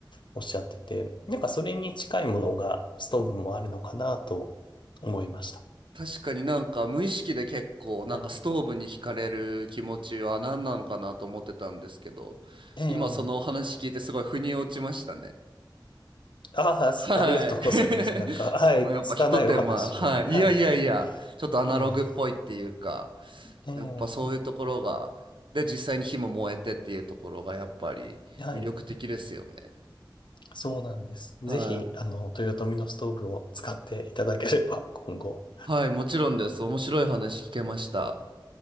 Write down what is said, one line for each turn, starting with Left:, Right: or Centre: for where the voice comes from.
Left: おっしゃってて、なんかそれに近いものがストーブもあるのかなと思いました。
Right: 確かになんか無意識で結構なんかストーブに惹かれる気持ちは何なのかなと思ってたんですけど、
Left: はい。ええ
Right: 今そのお話聞いてすごい腑に落ちましたね。
Left: ああ、すありがとうございます。
Right: はい。<laughs>
Left: なんか、はい、
Right: そのやっぱひと手間。
Left: 拙いお話を。
Right: はい。
Left: はい。
Right: いやいやいや、ちょっとアナログっぽいっていうか、
Left: えええ
Right: やっぱそういうところが、で、実際に火も燃えてっていうところがやっぱり魅力的ですよね。
Left: え、はい。そうなんです。ぜひ、
Right: はい。
Left: あの、豊臣のストーブを使っていただければ、今後。
Right: はい、もちろんです。面白い話聞けました。